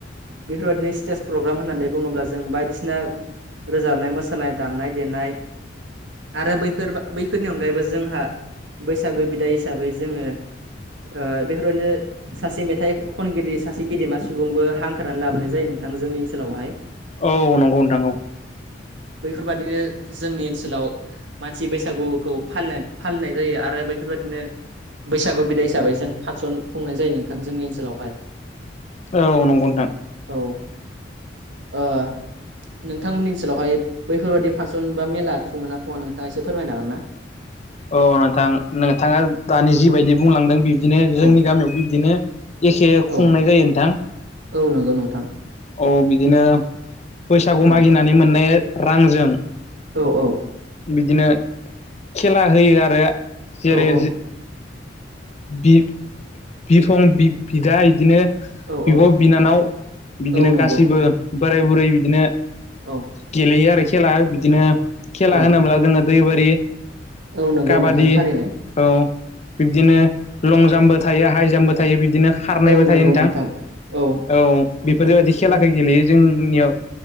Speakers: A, on the right; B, on the left.
A: बेफोरबायदिनो स्टेज प्रग्राम होननानै बुङोब्ला जों बायदिसिना रोजाबनाय मोसानाय दामनाय दे नाय <unintelligible> आरो बैफोर बैफोरनि अनगायैबो जोंहा बैसागो बिदाय हिसाबै जोङो ओ बेफोरदिनो सासे मे थाय खनगिरि सासे गेदेमा सुबुंबो हांखखारनानै लाबोनाय जायो नोंथां जोंनि ओनसोलावहाय।
B: औ नंगौ नोंथां औ।
A: बैफोरबादिनो जोंनि ओनसोलाव मानसि बैसागुखौ फालि फालिनाय जायो आरो। बेफोरबायाददिनो बैसागु बिदाय हिसाबै जों फानसन खुंनाय जायो नोंथां जोंनि ओनसोलावहाय
B: औ नंगौ नोंथां।
A: औ ओ नोंथांमोननि ओनसोलावहाय बैफोरबायाददि फांसन बा मेला खुङो ना खुङा नोंथाङा एसे फोरमायनो हागोन ना? <inaudible>
B: औ नोंथां नोंथाङा दानि जिबायदि बुंलांदों बिब्दिनो जोंनि
A: औ
B: गामियावबो बिदिनो एखे खुंनाय
A: औ
B: जायो नोंथां
A: औ नंगौ नोंथां
B: औ बिदिनो बैसागु
A: औ
B: मागिनानै मोननाय रांजों
A: औ औ
B: बिदिनो खेला होयो आरो जेरै
A: औ औ
B: बि बिफं बिदा बिदिनो
A: औ
B: बिब'
A: औ
B: बिनानाव बिदिनो
A: औ नंगौ
B: गासिबो बोराय बुरै बिदिनो
A: औ
B: गेलेयो आरो खेला बिदिनो खेला
A: औ
B: होनोब्ला जोङो दै बारि
A: औ नंगौ
B: काबादि
A: नोंथां थारैनो
B: औ बिबदि बिदिनो लं जाम्पबो थायो हाइ जाम्पबो थायो बिदिनो खारनायबो
A: औ नंगौ
B: थायो नोंथां
A: औ
B: औ। बेफोरबायदि खेलाखौ गेलेयो जोंनियाव